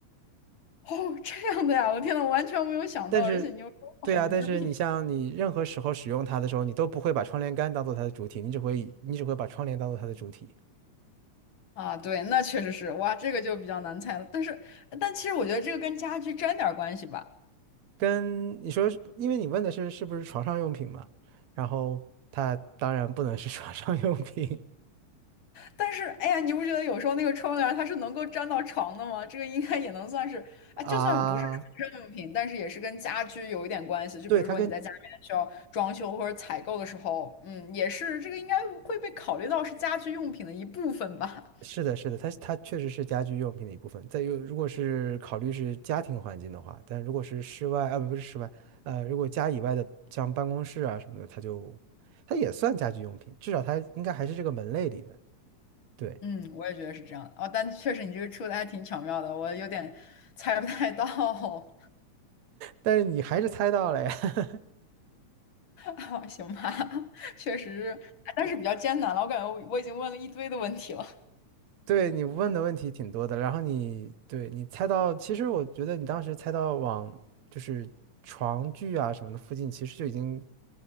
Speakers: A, on the left; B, on the right.
A: 哦，这样的呀，我天呐，我完全没有想到，
B: 但是
A: 而且你又说纺织品
B: 对呀，但是你像你任何时候使用它的时候，你都不会把窗帘杆当做它的主体，你只会以你只会把窗帘当做它的主体，
A: 啊，对，那确实是，哇，这个就比较难猜了。但是，但其实我觉得这个跟家具沾点儿关系吧，
B: 跟你说，因为你问的是是不是床上用品嘛，然后它当然不能是 <laughs> 床上用品。
A: 但是，哎呀，你不觉得有时候那个窗帘它是能够粘到床的吗？这个应该也能算是，啊，
B: 啊，
A: 就算不是床上用品，但是也是跟家居有一点关系。就比如说你在家里面需要装修或者采购的时候，
B: 对，它跟
A: 嗯，也是这个应该会被考虑到是家居用品的一部分吧。
B: 是的，是的，它它确实是家居用品的一部分。再有，如果是考虑是家庭环境的话，但如果是室外，啊，不是室外，呃，如果家以外的，像办公室啊什么的，它就它也算家居用品，至少它应该还是这个门类里的。对，
A: 嗯，我也觉得是这样的。哦，但确实你这个出的还挺巧妙的，我有点猜不太到。<laughs>
B: 但是你还是猜到了呀。<laughs>
A: 哈，行吧，确实，哎但是比较艰难了。我感觉我我已经问了一堆的问题了。
B: 对，你问的问题挺多的，然后你对你猜到，其实我觉得你当时猜到往就是床具啊什么的附近，其实就已经